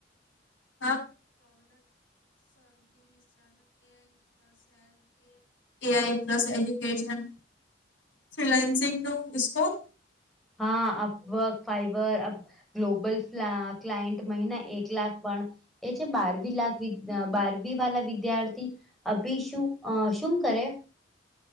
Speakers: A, on the left; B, in the centre.
A: <unintelligible> એ આઈ પ્લસ એજ્યુકેશન ફિલાન્સિંગ ન સ્કોપ
B: હા અપવક ફાઈબર ગ્લોબલ ફ્લા ક્લાયન્ટ મહિના એક લાખ પણ એ છે બારવી લાખ વિ બારવી વાળા વિદ્યાર્થી અભી શું અ શું કરે